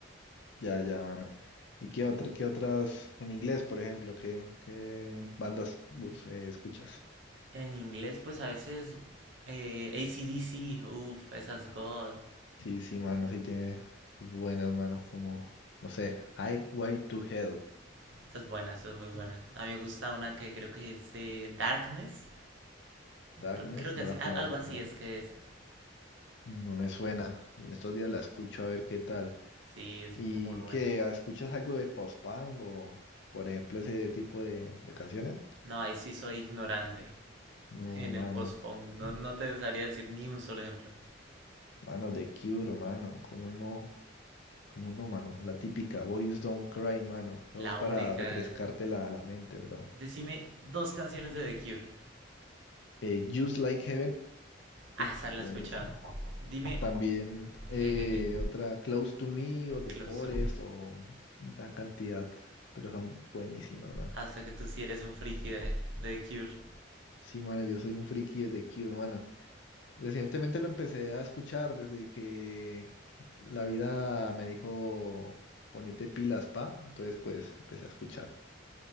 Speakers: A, on the left; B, on the right.
A: Ya, ya, mano. ¿Y qué otra, qué otras en inglés, por ejemplo, qué, qué bandas bus- eh, escuchas?
B: En inglés, pues a veces eh, ACDC, uff, esas God,
A: Sí, sí, mano, sí tiene buenas manos como, no sé, Highway to Hell.
B: esa es buena, esa es muy buena. A mí me gusta una que creo que es eh, Darkness,
A: Darkness,
B: creo, creo que
A: no
B: así,
A: la
B: algo
A: conozco,
B: así
A: mano.
B: es que es.
A: No me suena. En estos días la escucho a ver qué tal.
B: Sí, es
A: ¿Y
B: muy buena.
A: qué? ¿Ah, ¿Escuchas algo de post-punk o, por ejemplo, ese tipo de, de canciones?
B: No, ahí sí soy ignorante.
A: No,
B: en
A: mano.
B: el post-punk. No, no te dejaría decir ni un solo ejemplo.
A: Mano, The Cure, mano. ¿Cómo no? ¿Cómo no, mano? La típica Boys Don't Cry, mano. Solo
B: La única.
A: para refrescarte la, la mente, bro.
B: Decime dos canciones de The Cure.
A: Eh, Just Like Heaven.
B: Hasta
A: uff,
B: la
A: buenísima.
B: he escuchado. Dime.
A: También
B: ¿Qué,
A: eh,
B: qué, qué?
A: otra Close to Me o The
B: Close
A: Forest
B: to me.
A: o una cantidad, pero son buenísimas, mano.
B: Ah, o sea que tú sí eres un friki de, de The Cure.
A: Sí, mano, yo soy un friki de The Cure, mano. Recientemente lo empecé a escuchar desde que la vida me dijo ponete pilas, pa. Entonces, pues empecé a escuchar